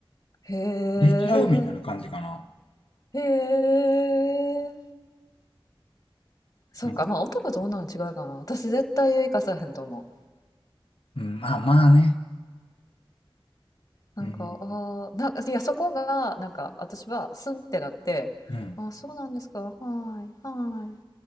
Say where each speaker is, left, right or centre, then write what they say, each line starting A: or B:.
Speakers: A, on the left; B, on the left.
A: へえ。
B: 出ちゃうみたいな感じかな。
A: へえ。そうか、
B: うん。
A: まあ男と女の違いかな。私絶対生かさへんと思
B: うん、まあまあね。
A: う。
B: うん。
A: なんか、ああ、なんか、いや、そこが、なんか、私は、スンってなって、
B: うん。
A: ああ、そうなんですか。はーい、はーい、